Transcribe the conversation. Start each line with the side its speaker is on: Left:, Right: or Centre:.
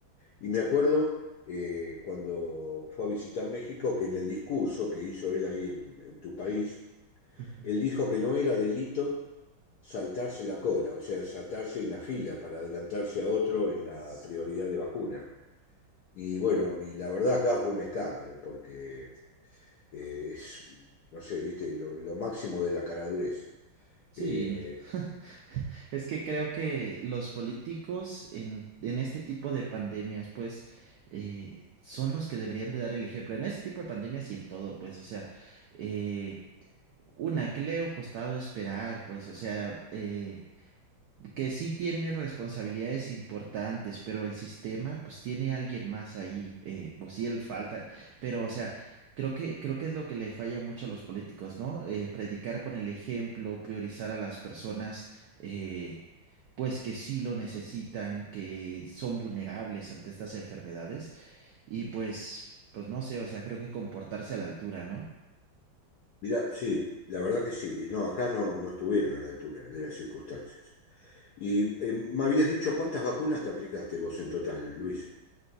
Left: Y me acuerdo eh, cuando fue a visitar México que en el discurso que hizo él ahí en, en tu país,
Right: Ujú.
Left: él dijo que no era delito saltarse la cola, o sea, saltarse en la fila para adelantarse a otro en la prioridad de vacuna. Y bueno, y la verdad acá fue un escándalo, porque eh, es, no sé, viste, lo, lo máximo de la caradurez.
Right: Sí,
Left: Eh,
Right: no. <laughs> Es que creo que los políticos en, en este tipo de pandemias, pues, eh, son los que deberían de dar el ejemplo. En este tipo de pandemias y en todo, pues, o sea, eh, una, que le ha costado esperar? Pues, o sea, eh, que sí tiene responsabilidades importantes, pero el sistema pues tiene alguien más ahí, eh, pues sí él falta, pero o sea, creo que, creo que es lo que le falla mucho a los políticos, ¿no? Eh, predicar con el ejemplo, priorizar a las personas, eh, pues que sí lo necesitan, que son vulnerables ante estas enfermedades y pues, pues no sé, o sea, creo que comportarse a la altura, ¿no?
Left: mirá, sí, la verdad que sí. No, acá no, no estuvieron a la altura de las circunstancias. Y eh, me habías dicho cuántas vacunas te aplicaste vos en total, Luis.